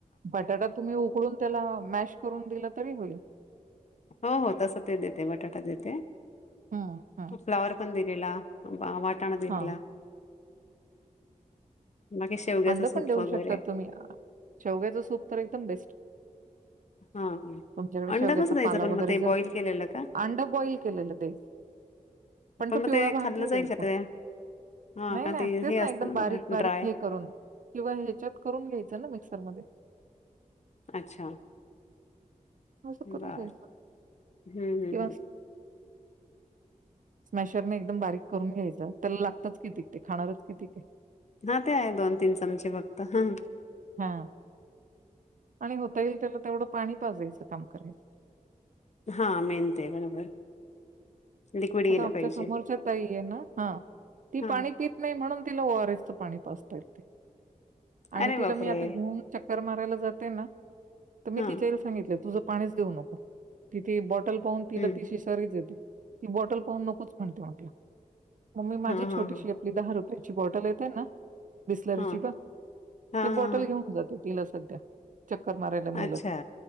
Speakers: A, on the right (about 70°); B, on the left (about 55°).
A: बटाटा तुम्ही उकडून त्याला मॅश करून दिलं तरी होईल.
B: हो हो तस ते देते बटाटा देते
A: हं, हं,
B: फ्लावर पण दे तेला टाणा दिला.
A: हां.
B: बाकी शेवग्याचं
A: अंड
B: सूप
A: पण देऊ
B: वगैरे
A: शकतात तुम्ही शेवग्याच सूप तर एकदम बेस्ट
B: हा
A: तुमच्याकडे
B: अंड
A: शेवग्याचा
B: कसं द्यायचं
A: पाला
B: पण
A: र
B: मग ते बॉईल केलेलं का
A: अंड बॉईल केलेल द्यायच पण तो
B: मग
A: पिवळा
B: ते
A: भाग
B: खाल्लं
A: नाही द्यायचा
B: जाईल का ते हा
A: नाही
B: का
A: नाही.
B: ते
A: तेच
B: हे
A: ना
B: असतं
A: एकदम बारीक
B: जरा
A: बारीक
B: ड्राय
A: हे करून किंवा ह्याच्यात करून घ्यायचं ना मिक्सरमध्ये
B: अच्छा.
A: असं करून
B: बर
A: घ्यायच
B: हम्म हम्म
A: किंवा
B: हम्म
A: स्मॅशरने एकदम बारीक करून घ्यायचं त्याला लागतच कितीक ते खाणारच कितीक आहे?
B: हां ते आहे दोन तीन चमचे फक्त हां.
A: हां. आणि होता येईल त्याला तेवढं पाणी पाजयचं काम करायचं.
B: हां मेहनत आहे बरोबर. लिक्विड गेलं
A: आता आमच्या
B: पाहिजे
A: समोरच्या तई आहे ना हा ती
B: हा
A: पाणी पत नाही म्हणून तिला ओरस पाणी पासता येत ते. आणि
B: अरे
A: तिला
B: बापरे
A: मी आता घेऊन चक्कर मारायला जाते ना तर मी
B: हा
A: तिच्या सांगितलं तुझ. पा देऊ नको तथ. पाून तिला
B: हम्म
A: तिशी सर्ेत ती बॉटल पाहून नकोच म्हणते म्हटलं. मम्मी माझी
B: हा हा
A: छोटशी
B: हा
A: आपली दहा रुपये ची बॉटल येते ना. बिस्लरीची
B: हा
A: बा
B: हा
A: ते बॉटल
B: हा हा.
A: घेऊन जाते. तला सध्या चक्कर मारायला नेलं
B: अच्छा
A: का.